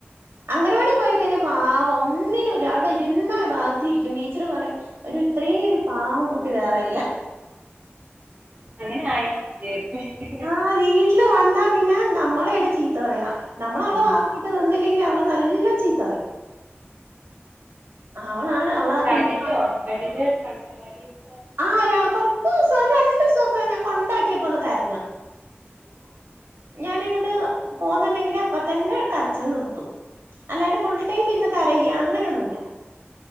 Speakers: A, on the right; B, on the right.
A: അംഗനവാടി പോയി കഴിഞ്ഞാ പാവം ഒന്നിനുംല്ല അവിടെ ഇരുന്ന ഭാഗ ത്തിരിക്കും ടീച്ചർ പറയും ഒരു ഇത്രയുംഒരു പാവം കുട്ടി വേറെല്ല
B: അങ്ങനെ ആയാ മതിയാര്ന്നു
A: ആഹ് വീട്ടിൽ വന്നാ പിന്നെ നമ്മളെയാണ് ചീത്ത പറയാ നമ്മള് അവളെ
B: ആഹ്
A: വാക്കേട്ട് നിന്നില്ലെ അവള് നല്ല ചീത്തറിയും അവളാണ് അവളെ
B: കരയോ
A: പിന്നെ
B: കരിയോയ്ച അങ്ങനവാടിന്ന്
A: ആഹ് കൊറച്ച് ദിവസം ഒരു രണ്ടു ദിവസം ഒക്കെ ഞാൻ കൊണ്ടാക്കിയപ്പോ ഒന്ന് കരഞ്ഞു ഞാന് ഇങ്ങോട്ട് പോന്നുണ്ടെങ്കിൽ അപ്പം തന്നെ കരച്ചില് നിർത്തും അല്ലാണ്ട് ഫുൾ ടൈം ഇരുന്ന് കരയ അങ്ങനൊന്നുല്ല